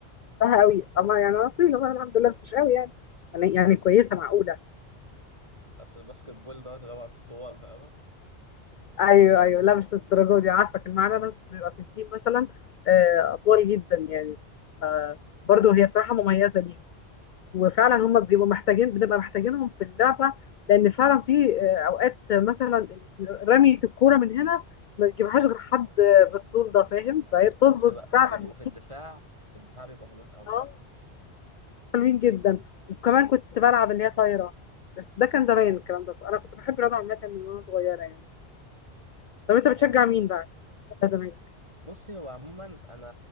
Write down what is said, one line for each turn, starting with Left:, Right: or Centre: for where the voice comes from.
Left: بحبها قوي اما يعني انا طويله بقى الحمد لله بس مش قوي يعني يعني
Right: م-م.
Left: يعني كويسه معقوله
Right: اصل الباسكت بول دوت يدور في الطوال فاهم
Left: ايوه ايوه لا مش الدرجه دي عارفه كان معانا ناس بيبقى في التيم مثلا آه، اطوال جدا يعني
Right: مم.
Left: برضه هي بصراحه مميزه ليهم وفعلا هم بيبقوا محتاجين بنبقى محتاجينهم في اللعبه لان فعلا في آه، اوقات مثلا رميه الكوره من هنا ما تجيبهاش غير حد بالطول ده فاهم
Right: دي حقيقة
Left: فهي بتظبط
Right: وبتبقى
Left: فعلا
Right: وبيبقوا في الدفاع في الدفاع بيبقوا حلوين قوي
Left: اه حلوين جدا وكمان كنت بلعب اللي هي طايره بس ده كان زمان الكلام ده انا كنت بحب الرياضه عامه من وانا صغيره يعني طب انت
Right: ده
Left: بتشجع
Right: حلو ده
Left: مين بقى ده زمان
Right: بصي هو عموما انا